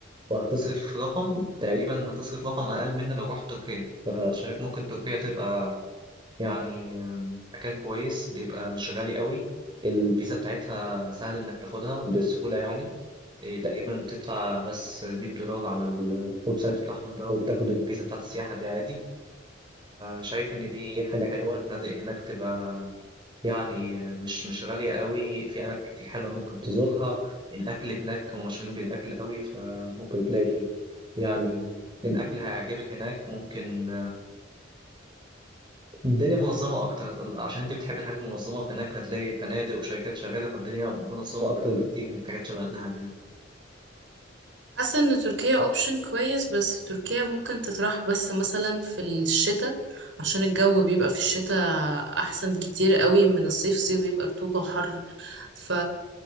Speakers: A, on the right; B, on the right.
A: وهتصرف هتصرف رقم تقريبا هتصرف رقم أقل من لو رحت تركيا فشايف ممكن تركيا تبقى يعني مكان كويس بيبقى مش غالي قوي الفيزا بتاعتها سهل انك تاخدها بسهولة يعني إيه، تقريبا بتدفع بس 100 دولار على الويب سايت بتاعهم ده وبتاخد الفيزا بتاعت السياحة دي عادي شايف ان دي حاجة حلوة الفنادق هناك بتبقى يعني مش مش غالية قوي في اماكن كتير حلوة ممكن تزورها الاكل هناك هم مشهورين بالاكل قوي فممكن تلاقي يعني الاكل هيعجبك هناك ممكن الدنيا منظمة أكتر عشان أنت بتحب الحاجات المنظمة فهناك هتلاقي فنادق وشركات شغالة فالدنيا منظمة أكتر بكتير من حاجات شبه دهب يعني
B: حاسة ان تركيا اوبشن كويس بس تركيا ممكن تطرح بس مثلا في الشتاء عشان الجو بيبقى في الشتاء احسن كتير قوي من الصيف الصيف بيبقى رطوبة وحر ف